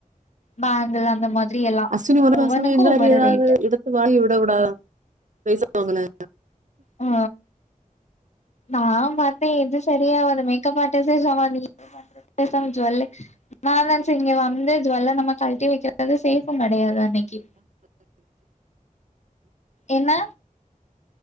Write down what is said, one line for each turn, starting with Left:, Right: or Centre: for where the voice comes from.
Left: பேங்கள் அந்த மாதிரி எல்லா
Right: அஸ்வினி ஒரு
Left: ஒவ்வொனுக்கு
Right: மாசமா இந்த
Left: ஒவ்வொரு
Right: மாரி ஏதாவது
Left: ரேட்டு
Right: வாங்கி வுட கூடாதா <unintelligible>
Left: ஆ நா பத்தே இது சரியா ஆவாது மேக்கப் ஆரிஸ்டே சம நீ பேசாம ஜுல்லே நா நெனசே இங்க வந்து ஜுல்ல நம்ம கழிட்டி வக்கிறது சேஃப் கடையாது அன்னக்கி என்ன